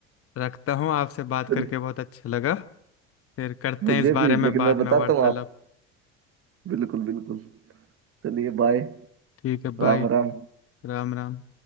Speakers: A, on the left; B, on the right.
A: रखता हूँ आपसे बात
B: चलिए
A: करके बहुत अच्छा लगा फिर करते
B: मुझे
A: हैं इस बारे
B: भी
A: में
B: लेकिन
A: बाद
B: मैं बताता
A: में वार्तालाप
B: हूँ आप बिल्कुल बिल्कुल चलिए बाय
A: ठीक है
B: राम
A: बाय
B: राम
A: राम राम